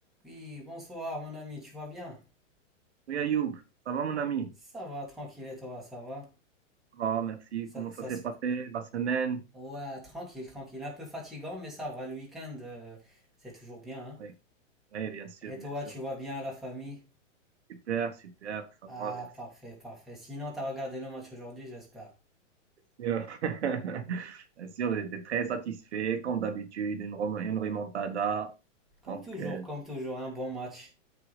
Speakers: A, in the centre; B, on the right.
A: Oui, bonsoir mon ami, tu vas bien?
B: Oui, Ayoub, ça va mon ami?
A: Ça va, tranquille et toi, ça va?
B: Ah, merci.
A: Ça,
B: Comment
A: ça
B: ça s'est
A: se-
B: passé la semaine?
A: Ouais, tranquille, tranquille. Un peu fatigant, mais ça va, le week-end, euh, c'est toujours bien, hein?
B: Oui, oui, bien sûr,
A: Et toi,
B: bien sûr.
A: tu vas bien, la famille?
B: Super, super, ça
A: Ah,
B: va, merci.
A: parfait, parfait. Sinon, t'as regardé le match aujourd'hui, j'espère.
B: Bien sûr, <laughs> Bien sûr, j'étais très satisfait, comme d'habitude, une, rem- une remontada.
A: Comme
B: Donc,
A: toujours,
B: euh,
A: comme toujours, un bon match.